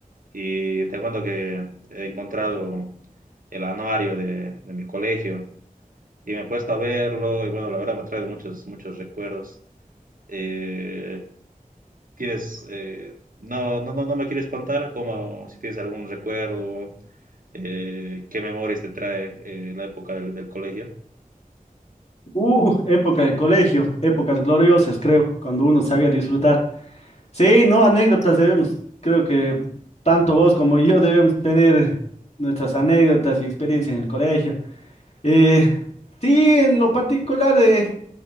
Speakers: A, on the right; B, on the left.
A: Y te cuento que he encontrado el anuario de, de mi colegio y me he puesto a verlo y bueno, la verdad me trae muchos, muchos recuerdos. Eh, ¿Tienes, eh, no, no, no, no me quieres contar cómo, si tienes algún recuerdo, eh, qué memorias te trae eh, la época del, del colegio?
B: Uh, época de colegio, épocas gloriosas, creo, cuando uno sabía disfrutar. Sí, no, anécdotas debemos, creo que tanto vos como yo debemos tener nuestras anécdotas y experiencias en el colegio. Eh, sí, en lo particular, eh,